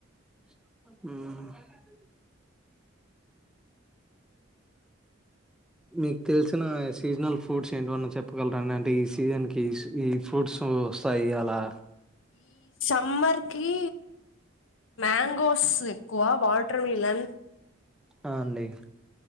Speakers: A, in the centre; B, on the left (about 70°).
A: మ్ మీకు తెలిసిన సీజనల్ ఫ్రూట్స్ ఏంటివన్నా చెప్పగలరాండి అంటే ఈ సీజన్ క ఈ ఫ్రూట్స్ వస్తాయి అలా
B: అమర్కి మ్యాంగోస్ ఎక్కువ వాటర్ మిలన్
A: అ అండి